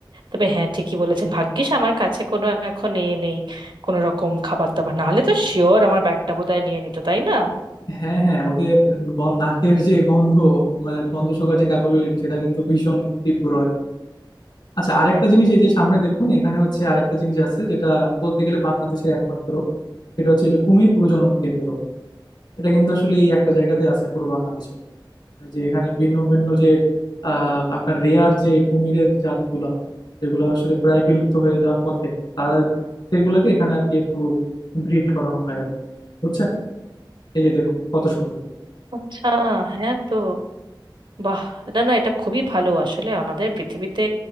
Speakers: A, on the right; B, on the left.
A: তবে হ্যাঁ ঠিকই বলেছেন ভাগ্যিস আমার কাছে কোনো এখন এ নেই কোনো রকম খাবার দাবার না হলে তো শিওর আমার ব্যাগটা বোধহয় নিয়ে নিত তাই না
B: হ্যাঁ হ্যাঁ ওদের গ- নাকের যে গন্ধ মানে গন্ধ শোকার যে ক্যাপাবিলিটি সেটা কিন্তু ভীষণ তীব্র আর কি। আচ্ছা আরেকটা জিনিস এই যে সামনে দেখুন এখানে হচ্ছে আরেকটা জিনিস আছে যেটা বলতে গেলে বাংলাদেশের একমাত্র সেটা হচ্ছে এই যে কুমির প্রজনন কেন্দ্র এটা কিন্তু আসলে এই একটা জায়গাতে আছে পুরো বাংলাদেশে যে এখানে ভিন্ন ভিন্ন যে আহ, আপনার রেয়ার যে কুমিরের জাতগুলা যেগুলো আসলে প্রায় বিলুপ্ত হয়ে যাওয়ার পথে তারা সেগুলাকে এখানে আর কি একটু ব্রিড করানো হয় আর কি। বুঝছেন এই যে দেখুন কত সুন্দর
A: আচ্ছা হ্যাঁ তো বাহ না না এটা খুবই ভালো আসলে আমাদের পৃথিবীতে